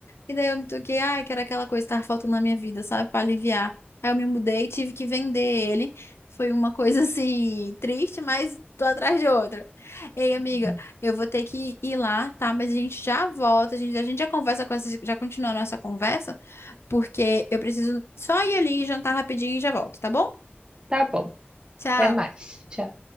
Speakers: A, on the left (about 85°); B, on the right (about 20°).
A: E daí eu me toquei, ai, que era aquela coisa que tava faltando na minha vida, sabe? Pra aliviar. Aí eu me mudei, e tive que vender ele. Foi uma coisa <laughs> assim, triste, mas tô atrás de outra. Ei, amiga,
B: Uhum.
A: eu vou ter que ir lá, tá? Mas a gente já volta, a gente, a gente já conversa com essa, já continua a nossa conversa, porque eu preciso só ir ali, jantar rapidinho e já volto, tá bom?
B: Tá bom,
A: Tchau.
B: até mais. Tchau.